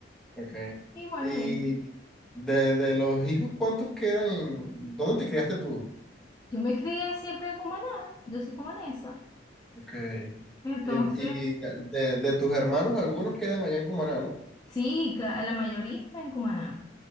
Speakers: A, in the centre; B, on the left (about 20°).
A: Okay.
B: Y bueno,
A: Y
B: eso.
A: de, de los hijos, ¿cuántos quedan? en- ¿Dónde te criaste tú?
B: Yo me crié siempre en Cumaná, yo soy cumanesa.
A: Okay.
B: Entonces,
A: Y, y de, de tus hermanos, algunos quedan allá en Cumaná, ¿no?
B: sí, cla- la mayoría está en Cumaná.